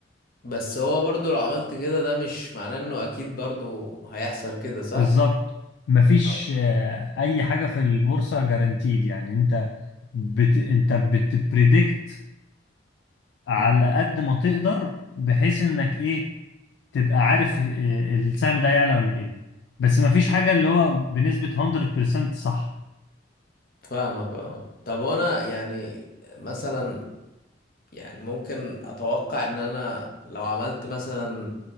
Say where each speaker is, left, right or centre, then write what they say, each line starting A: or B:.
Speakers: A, on the left; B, on the left.
A: بس هو برضو لو عملت كده ده مش معناه انه اكيد برضو هيحصل كده صح؟
B: بالظبط مفيش
A: آه.
B: آه، اي حاجة في البورصة جارانتيد يعني انت بت... انت بتبريدكت على
A: أمم،
B: قد ما تقدر بحيث انك ايه تبقى عارف آه، السهم ده هيعلى ولا ايه بس مفيش حاجة اللي هو بنسبة 100% صح
A: فاهمك اه طب وانا يعني مثلا يعني ممكن اتوقع ان انا لو عملت مثلا